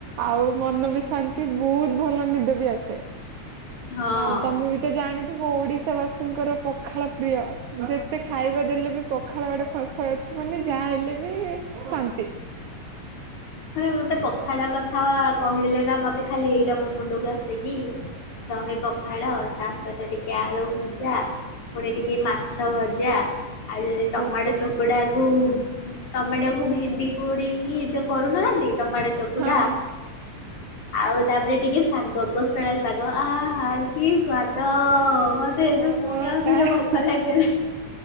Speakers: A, on the right; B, on the left.
A: ଆଉ ମନ ବି ଶାନ୍ତି ବହୁତ ଭଲ ନିଦ ବି ଆସେ
B: ହଁ।
A: ଆଉ ତମେ ବି ତ ଜାଣିଥିବ ଓଡ଼ିଶାବାସୀଙ୍କର ପଖାଳ ପ୍ରିୟ। ଯେତେ ଖାଇବା ଦେଲେ ବି ପଖାଳ ଗଟେ କଂସା ଅଛି ମାନେ ଯାହା ହେଲେ ବି ଶାନ୍ତି।
B: ହଁ ରେ ମତେ ପଖାଳ କଥା କହିଦେଲେ ନା ମତେ ଖାଲି ଏଇଟା ମୋ ମୁଣ୍ଡକୁ ଆସେ କିି ଦହି ପଖାଳ ତା ସହିତ ଟିକେ ଆଳୁ ଭଜା। ଫୁଣି ଟିକେ ମାଛ ଭଜା। ଆଉ ଯଦି ଟମାଟୋ
A: ଓହୋ
B: ଚକଟା କୁ ଟମାଟୋ କୁ ଭେଣ୍ଡି ପୋଡିିକି ଚ କରୁନାହାନ୍ତି ଟମାଟ ଚକୁଟା
A: ହଁ
B: ଆଉ ତାପରେ ଟିକେ ଶାଗ କୋଶଳା ଶାଗ ଆହା କି ସ୍ଵାଦ। ମୋତେ ଏବେ
A: ଓହୋ
B: ଫୁଣି ଆଉଥରେ
A: ତା
B: ଭୋକ ଲାଗିଲାଣି।